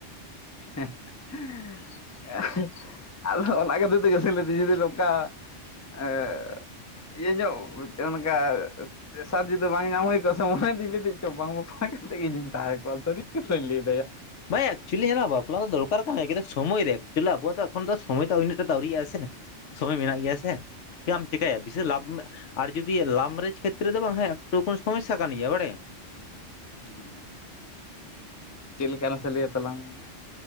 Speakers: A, on the left; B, on the left.
A: <unintelligible> ᱟᱫᱚ ᱚᱱᱟ ᱠᱷᱟᱹᱛᱤᱨ ᱛᱮᱜᱮ ᱥᱮ ᱞᱟᱹᱭ ᱮᱫᱟᱹᱧ ᱡᱩᱫᱤ ᱱᱚᱝᱠᱟ ᱮ ᱤᱭᱟᱹ ᱧᱚᱜ ᱚᱱᱠᱟ ᱯᱮᱥᱟᱨ ᱡᱩᱫᱤ ᱵᱟᱝ ᱧᱟᱢ ᱦᱩᱭ ᱠᱚᱜᱼᱟ ᱾ ᱥᱚᱢᱚᱭ ᱨᱮ ᱫᱚᱧ ᱞᱟᱹᱭ ᱮᱫᱤᱧ ᱵᱟᱝ ᱵᱟᱯᱞᱟᱜ ᱛᱮᱜᱮ ᱤᱧ ᱫᱩᱧ ᱛᱟᱦᱮᱸ ᱠᱚᱜᱼᱟ ᱥᱟᱨᱤ ᱠᱟᱛᱷᱟᱧ ᱞᱟᱹᱭ ᱮᱫᱟ ᱭᱟ ᱾
B: ᱵᱟᱝ ᱭᱟ ᱮᱠᱪᱩᱭᱮᱞᱤ ᱵᱟᱯᱞᱟ ᱫᱚ ᱫᱚᱨᱠᱟᱨ ᱠᱟᱱ ᱜᱮᱭᱟ ᱠᱤᱱᱛᱩ ᱥᱚᱢᱚᱭ ᱨᱮ ᱾ ᱮᱠᱪᱩᱭᱮᱞᱤ ᱟᱵᱚᱣᱟᱜ ᱫᱚ ᱮᱠᱷᱚᱱ ᱫᱚ ᱥᱚᱢᱚᱭ ᱫᱚ ᱩᱱᱟᱹᱜ ᱴᱟ ᱫᱚ ᱟᱹᱣᱨᱤᱜᱼᱟ ᱥᱮ ᱥᱚᱢᱚᱭ ᱢᱮᱱᱟᱜ ᱜᱮᱭᱟ ᱥᱮ ᱪᱮᱫ ᱮᱢ ᱪᱮᱠᱟᱭᱟ ᱵᱮᱥᱤ ᱞᱟᱵᱷ ᱟᱨ ᱡᱩᱫᱤ ᱞᱟᱵᱷ ᱢᱮᱨᱮᱡᱽ ᱠᱷᱮᱛᱨᱮ ᱫᱚ ᱵᱟᱝ ᱦᱮᱸ ᱮᱠᱴᱩ ᱥᱚᱢᱚᱥᱥᱟ ᱠᱟᱱ ᱜᱮᱭᱟ ᱵᱟᱲᱟᱭᱟᱢ ᱾
A: ᱦᱩᱸ ᱪᱮᱫ ᱞᱮᱠᱟ ᱨᱮ ᱱᱟᱥᱮ ᱞᱟᱹᱭ ᱟ ᱛᱟᱞᱟᱝ ᱢᱮ ᱾